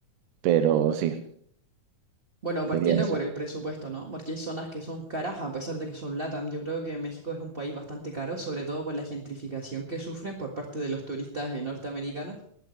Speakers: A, on the right; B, on the right.
A: pero sí,
B: Bueno, partiendo
A: sería eso.
B: por el presupuesto, ¿no? Porque hay zonas que son caras a pesar de que son LATAM. Yo creo que México es un país bastante caro, sobre todo por la gentrificación que sufren por parte de los turistas eh, norteamericanos.